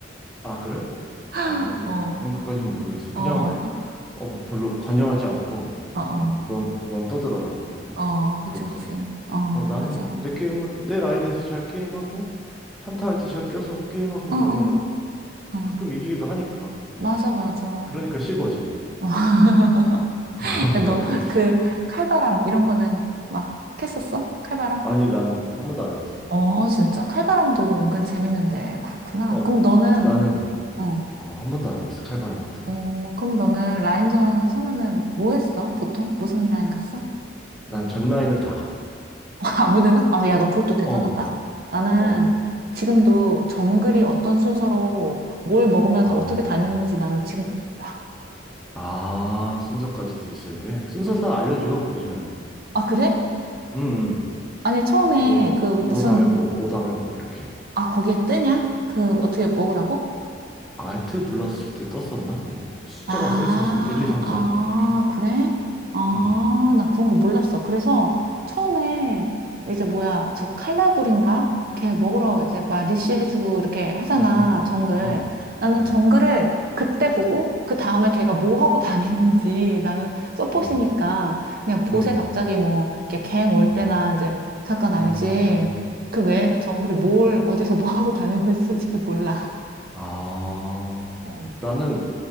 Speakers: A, in the centre; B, on the right (about 50°).
A: 아, 그래? 어,
B: <laughs>
A: 난
B: 어.
A: 그런 것까진 모르겠어. 그냥,
B: 어,
A: 어, 별로 관여하지 않고,
B: 어, 어,
A: 어, 넌, 넌 떠들어라. 뭐,
B: 어, 그치,
A: 그러고서.
B: 그치. 어,
A: 어, 나는
B: 맞아. 어,
A: 내 게임을, 내 라인에서 잘 게임하고, 한타 할 때 잘 껴서 게임하고
B: 어, 어,
A: 그러면은
B: 어.
A: 가끔 이기기도 하니까. 어,
B: 맞아, 맞아.
A: 그러니까 실버지 뭐.
B: <laughs>
A: <laughs>
B: 야, 너, 그, 칼바람, 이런 거는 막 했었어? 칼바람?
A: 아니, 나는 한 번도 안 해봤어.
B: 어, 진짜? 칼바람도 은근 재밌는데, 그렇구나.
A: 어,
B: 그럼 너는,
A: 나는,
B: 어,
A: 어, 한 번도 안 해봤어. 칼바람 같은
B: 어,
A: 거는.
B: 그럼 너는 라인전 서면은 뭐 했어? 보통? 무슨 라인 갔어?
A: 난 전 라인을 다 가.
B: 아무데나? 아, 야, 너 그것도 대단하다.
A: 어,
B: 나는
A: 어,
B: 지금도 정글이 어떤 순서로 뭘 먹으면서
A: 아,
B: 어떻게 다니는지 나는 지금 몰라.
A: 아, 순서까지도 있어야 돼. 순서 다 알려줘, 요즘에는.
B: 아, 그래?
A: 응, 응.
B: 아니, 처음에
A: 뭐, 다-
B: 그
A: 뭐
B: 무슨,
A: 다음에 뭐, 뭐 다음에 뭐, 이렇게.
B: 아, 거기에 뜨냐? 그 어떻게 먹으라고?
A: 알트 눌렀을 때 떴었나? 뭐 숫자가
B: 아,
A: 써 있었었는데 1, 2, 3,
B: 아,
A: 4 뭐 이렇게.
B: 그래? 아,
A: 음.
B: 나 그런 거 몰랐어. 그래서 처음에 이제 뭐야, 저 칼라불인가? 걔 먹으러 이제 막 리쉬해주고 이렇게 하잖아,
A: 음.
B: 정글.
A: 음.
B: 나는
A: 음.
B: 정글을 그때 보고 그 다음에 걔가 뭐 하고 <laughs> 다니는지 나는 서폿이니까
A: 음.
B: 그냥 보세
A: 음.
B: 갑자기 뭐 걔 갱 올
A: 음.
B: 때나 이제 잠깐 알지.
A: 음.
B: 그 외에는 정글이 뭘 어디서 뭐 하고 다니는지 솔직히 몰라.
A: 아.
B: 어,
A: 나는